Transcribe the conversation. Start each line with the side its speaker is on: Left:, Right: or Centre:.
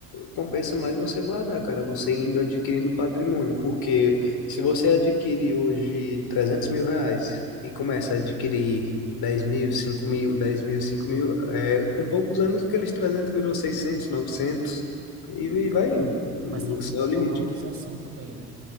Left: compensa mais você guardar, cara, você indo adquirindo patrimônio, porque se você adquirir hoje trezentos mil reais e começa a adquirir dez mil, cinco mil, dez mil, cinco mil, é, com poucos anos aqueles 300 virou 600, 900 e, e vai indo, o
Right: Mas tem que
Left: o
Right: contar
Left: céu é o
Right: com
Left: limite.
Right: a valorização também, né?